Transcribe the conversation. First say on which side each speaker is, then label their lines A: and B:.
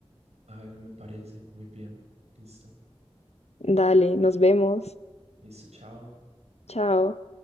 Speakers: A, on the right (about 85°); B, on the left (about 80°).
A: A ver, me parece muy bien. Listo.
B: Dale, nos vemos.
A: Listo, chao.
B: Chao.